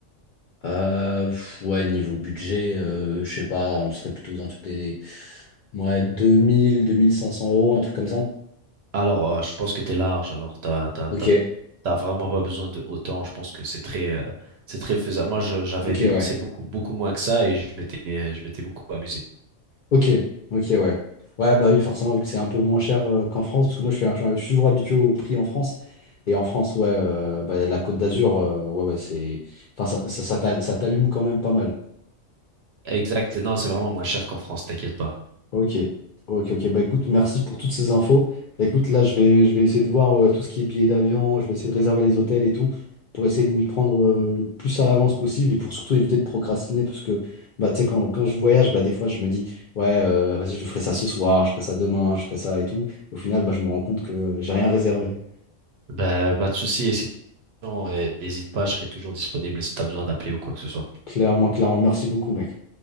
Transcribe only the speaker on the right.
Alors, euh, je pense que t'es large, alors t'as, t'as,
t'as, t'as vraiment pas besoin de autant. Je pense que c'est très, euh, c'est très faisable. Moi, je- j'avais
dépensé
beaucoup, beaucoup moins que ça et je m'étais, euh, je m'étais beaucoup amusé.
Exact. Non, c'est vraiment moins cher qu'en France, t'inquiète pas.
Bah, pas de souci. Et si, non, euh, hésite pas, je serai toujours disponible si t'as besoin d'appeler ou quoi que ce soit.